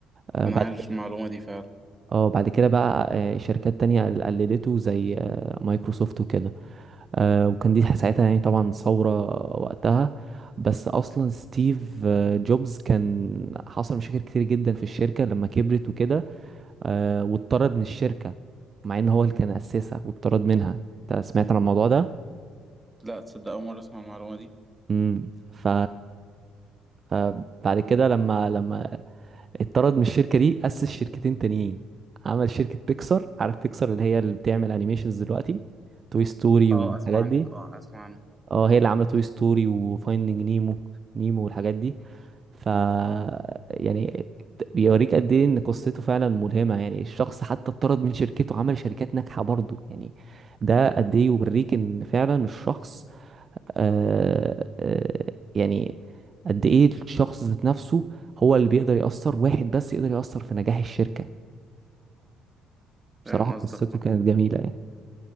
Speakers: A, on the right; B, on the right.
A: آه،
B: انا
A: بعد
B: عارف المعلومه دي فعلا
A: اه بعد كده بقى آه، شركات تانية قلدته زي آه، مايكروسوفت وكده آه، وكان دي ساعتها يعني طبعا ثورة وقتها بس اصلا ستيف آه، جوبز كان حصل مشاكل كتير جدا في الشركة لما كبرت وكده آه، واتطرد من الشركة مع ان هو اللي كان اسسها واتطرد منها انت سمعت عن الموضوع ده
B: لا تصدق أول مرة أسمع المعلومة دي
A: امم ف... فبعد كده لما لما اتطرد من الشركه دي اسس شركتين تانيين عمل شركه بيكسار عارف بيكسار اللي هي اللي بتعمل انيميشنز دلوقتي توي ستوري
B: اه
A: والحاجات
B: أسمع عنها
A: دي
B: اه أسمع عنها
A: اه هي اللي عامله توي ستوري وفايندينج نيمو نيمو والحاجات دي ف يعني بيوريك قد ايه ان قصته فعلا ملهمه يعني الشخص حتى اتطرد من شركته عمل شركات ناجحه برضه يعني ده قد ايه يوريك ان فعلا الشخص آه آه يعني قد ايه الشخص ذات نفسه هو اللي بيقدر يأثر واحد بس يقدر يأثر في نجاح الشركة بصراحة
B: فاهم
A: قصته
B: قصدك اه
A: كانت جميلة يعني